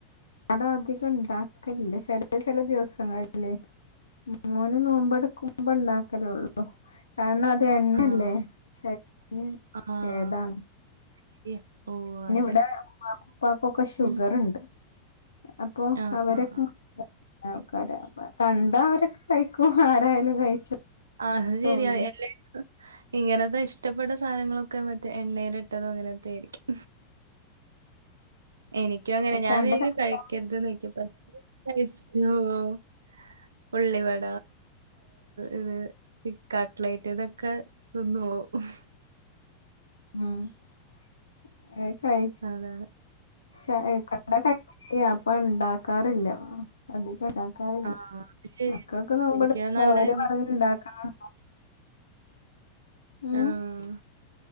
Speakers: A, on the left; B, on the right.
A: ഇവടെ അധികം ഉണ്ടാക്കലില്ല ചെലത് ചെല ദിവസങ്ങളില് മോന് നോമ്പ് എടുക്കുമ്പോ ഇണ്ടാക്കലുള്ളൂ കാരണം അത് എണ്ണല്ലെ
B: ആഹ്
A: ശരീരത്തിന്
B: ആഹ്
A: കേടാണ്
B: ശരിയാ ഓഹ്
A: പിന്നെ
B: അതെ
A: ഇവിടെ ഉമ്മാക്കും ഉപ്പാക്കൊക്കെ ഷുഗർ
B: ഉം
A: ഉണ്ട് അപ്പോ
B: ആഹ്
A: അവരെക്ക്
B: ആഹ് ആഹ്
A: <unintelligible> കണ്ട അവരൊക്കെ കഴിക്കും ആരായാലും കഴിച്ചു
B: ആഹ് അത് ശരിയ
A: പോവില്ലേ
B: എല്ലാ ഇങ്ങനത്തെ ഇഷ്ടപ്പെട്ട സാധനങ്ങളൊക്കെ മറ്റേ എണ്ണയില് ഇട്ടതും അങ്ങനത്തെയൊക്കെ ആയിരിക്കും എനിക്കും അങ്ങനെ ഞാൻ
A: കണ്ട
B: വിചാരിക്കും
A: കണക്കാ
B: കഴിക്കരുത് എന്ന് <unintelligible> കഴിച്ചു പോവും ഉള്ളിവട ഇത് കട്ട്ലൈറ്റ് ഇതൊക്കെ തിന്നു പോവും
A: ഉം <unintelligible>
B: അതെ അതെ
A: <unintelligible> അപ്പോ ഉണ്ടാക്കാറില്ല അധികം ഇണ്ടാക്ക റില്ല
B: ആ ശരി
A: മക്കൾക്ക് നോമ്പ്
B: ശരിക്കും
A: എടുക്കുമ്പോ
B: അത് നല്ല
A: അവര്
B: തന്നെ
A: പറയും ഉണ്ടാക്കണം ഉം
B: ആഹ്